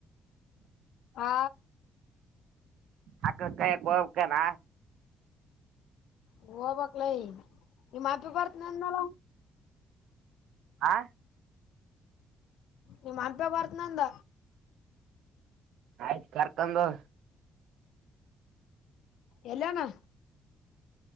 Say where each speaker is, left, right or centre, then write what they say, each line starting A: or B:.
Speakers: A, on the left; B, on the right.
A: ಹಾ
B: ಅಕ್ಕ ಕಾಯಕ್ ಗೋವ್ಕಾನ
A: ಹೋಗಬಕ್ ಲೇ ನಿ ಮತ್ ಬರ್ತೀನ್ ಅನಲ್ಲ
B: ಆ
A: ನಿಮ್ಮ ಅಂತ ಬರತ್ತೀನಿ ಅಂದ
B: ಆಯ್ತು ಕರ್ಕೊಂಡ್ ಹೋಗ್
A: ಎಲ್ಲಿ ಅವನೊ